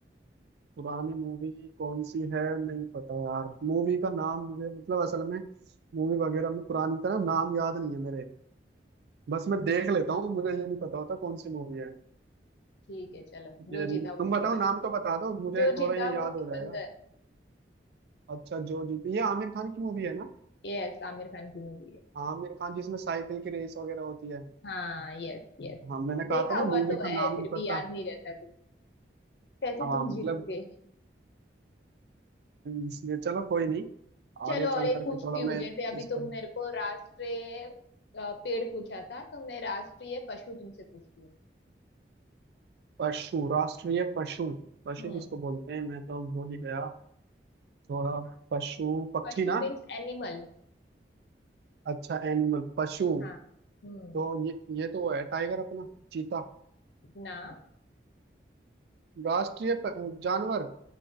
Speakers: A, on the right; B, on the left.
A: पुरानी मूवी कौन सी है नहीं पता यार मूवी का नाम मुझे मतलब असल में मूवी वगैरह में पुरानी का ना नाम याद नहीं है मेरे बस मैं देख लेता हूँ मुझे ये नहीं पता होता कौन सी मूवी है
B: ठीक है चलो
A: ये
B: जो जीता
A: तुम
B: वो सिकंदर
A: बताओ नाम तो बता दो मुझे
B: जो
A: थोड़ा
B: जीता
A: ये याद
B: वो सिकंदर
A: हो रहा है अच्छा जो जीती ये आमिर खान की मूवी है ना
B: यस आमिर खान की मूवी है
A: आमिर खान जिसमें साइकिल की रेस वगैरह होती है
B: हाँ यस यस
A: हाँ मैंने
B: देखा
A: कहा था ना
B: हुआ
A: मूवी
B: तो
A: का
B: है
A: नाम
B: फिर
A: नहीं
B: भी
A: पता
B: याद नहीं रहता तुम कैसे
A: हाँ
B: तुम
A: मतलब
B: जीतोगे
A: इसलिए चलो कोई नहीं
B: चलो
A: आगे चल
B: और एक
A: करके
B: पूछती
A: थोड़ा
B: हूँ
A: मैं
B: जैसे अभी
A: इस
B: तुम
A: पर
B: मेरे को राष्ट्रीय अ, पेड़ पूछा था तो मैं राष्ट्रीय पशु तुमसे पूछती हूँ
A: पशु राष्ट्रीय पशु पशु
B: हम्म
A: किसको बोलते हैं मैं तो भूल ही गया थोड़ा पशु पक्षी
B: पशु
A: ना
B: मीन्स एनिमल
A: अच्छा एनिमल पशु
B: हाँ हम्म
A: तो ये ये तो है टाइगर अपना चीता
B: ना
A: राष्ट्रीय प- जानवर